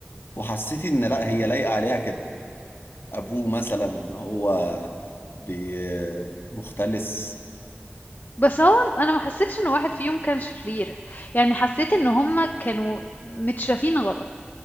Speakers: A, on the left (about 65°); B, on the left (about 50°).
A: وحسيتي ان لا هي لايقة عليها كده ابوه مثلا ان هو بي مختلس
B: بس هو انا ما حسيتش ان واحد فيهم كان شرير يعني حسيت ان هما كانوا متشافين غلط